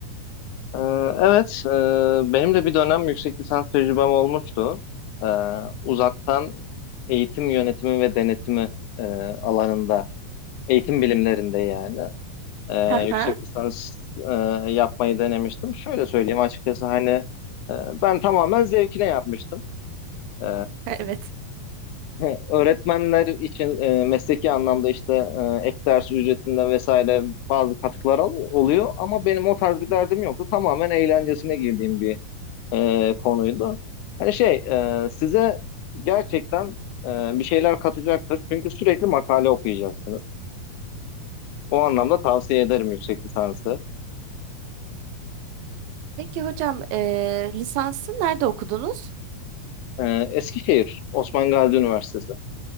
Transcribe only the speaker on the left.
Ee, evet, e, benim de bir dönem yüksek lisans tecrübem olmuştu. Ee, uzaktan eğitim yönetimi ve denetimi e, alanında, eğitim bilimlerinde yani. e,
yüksek
lisans e, yapmayı denemiştim. Şöyle söyleyeyim açıkçası hani e, ben tamamen zevkine yapmıştım. Ee,
He, Öğretmenler için e, mesleki anlamda işte e, ek ders ücretinde vesaire bazı katkılar al- oluyor ama benim o tarz bir derdim yoktu. Tamamen eğlencesine girdiğim bir e, konuydu. Hani şey e, size gerçekten e, bir şeyler katacaktır çünkü sürekli makale okuyacaksınız. O anlamda tavsiye ederim yüksek lisansı.
E, Eskişehir, Osman Gazi Üniversitesi.